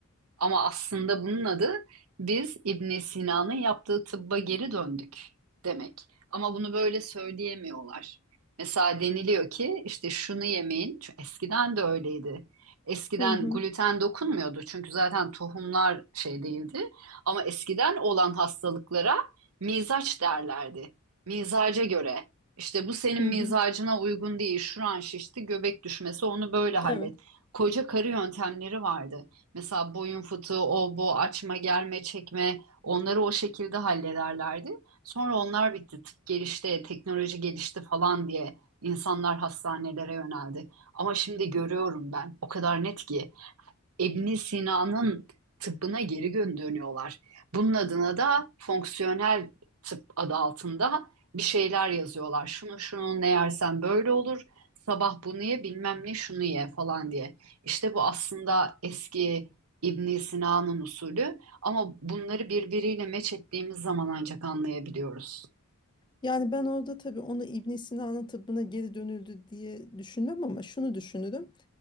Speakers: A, on the right; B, on the left.
A: Ama aslında bunun adı biz İbn Sina'nın yaptığı tıbba geri döndük demek. Ama bunu böyle söyleyemiyorlar. Mesela deniliyor ki işte şunu yemeyin. Çünkü eskiden de öyleydi. Eskiden
B: hı hı,
A: gluten dokunmuyordu çünkü zaten tohumlar şey değildi. Ama eskiden olan hastalıklara mizaç derlerdi. Mizaca göre. İşte bu senin
B: hı
A: mizacına
B: hı.
A: uygun değil. Şuran şişti, göbek düşmesi onu böyle hallet.
B: Evet.
A: Koca karı yöntemleri vardı. Mesela boyun fıtığı, o bu, açma, germe, çekme onları o şekilde hallederlerdi. Sonra onlar bitti. Tıp gelişti, teknoloji gelişti falan diye insanlar hastanelere yöneldi. Ama şimdi görüyorum ben o kadar net ki İbn Sina'nın tıbbına geri dönüyorlar. Bunun adına da fonksiyonel tıp adı altında bir şeyler yazıyorlar. Şunu şunu ne yersen böyle olur. Sabah bunu ye, bilmem ne şunu ye falan diye. İşte bu aslında eski İbn Sina'nın usulü ama bunları birbiriyle meç ettiğimiz zaman ancak anlayabiliyoruz.
B: Yani ben orada tabii onu İbn Sina'nın tıbbına geri dönüldü diye düşünmem ama şunu düşünürüm.